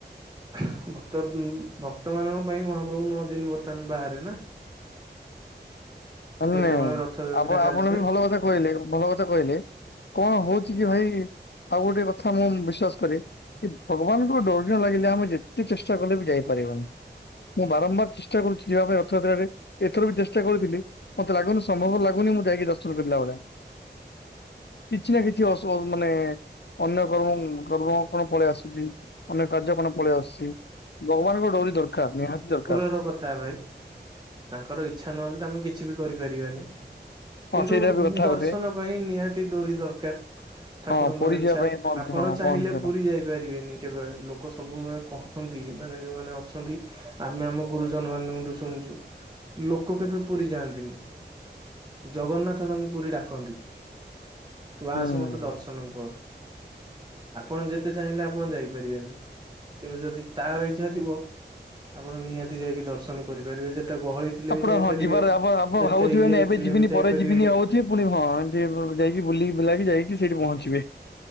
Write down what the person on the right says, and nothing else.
ତ ଭକ୍ତ ମାନଙ୍କ ପାଇଁ ମହାପ୍ରଭୁ ନଅ ଦିନ ବର୍ତ୍ତମାନ ବାହାରେ ନା।
ଯେତେବେଳେ ରଥଯାତ୍ରା
ଚାଲିଥାଏ
ର କଥା ଭାଇ। ତାଙ୍କର ଇଚ୍ଛା ନହେଲେ ତ ଆମେ କିଛି ବି କରିପାରିବାନି।
କିନ୍ତୁ
ଦର୍ଶନ
ପାଇଁ ନିହାତି ଡୋରି ଦରକାର। ଠାକୁରଙ୍କର
ଇଚ୍ଛା
ଆପଣ
ଚାହିଁଲେ
ପୁରୀ ଯାଇପାରିବେନି। କେବେ ଲୋକ ସବୁ ମାନେ କହନ୍ତି ମାନେ ଯୋଉ ମାନେ ଅଛନ୍ତି ଆମେ ଆମ ଗୁରୁଜନ ମାନଙ୍କଠୁ ଶୁଣିଛୁ। ଲୋକ କେବେ ପୁରୀ ଯାଆନ୍ତିନି। ଜଗନ୍ନାଥ ତାଙ୍କୁ ପୁରୀ ଡାକନ୍ତି ତୁ
ଆସେ ମତେ ଦର୍ଶନ କରେ। ଆପଣ ଯେତେ ଚାହିଁଲେ ଆପଣ ଯାଇପାରିବେନି କିନ୍ତୁ ଯଦି ତାର ଇ ଛା ଥିବ ଆପଣ ନିହାତି ଯାଇକି ଦର୍ଶନ କରିପାରିବେ ଯେତେ ଗହଳି ଥିଲେ
ବି ଯାଇପାରିବେ।
ଯେତେ
ଇଏରେ
ଥିଲେ
ବି ଯାଇପାରିବେ